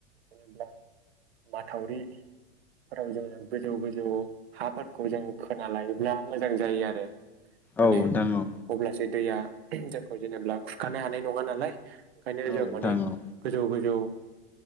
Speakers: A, on the right; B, in the centre.
A: जेनेबा माथावरिफोराव जोङो गोजौ गोजौ हाफोरखौ जों खोना लायोब्ला मोजां जायो आरो माने
B: औ नोंथां औ
A: अब्लासो दैया जोंखौ जेनेबा खुरखानो हानाय नङा नालाय ओंखायनो
B: औ नोंथां
A: जों बे
B: औ
A: गोजौ गोजौ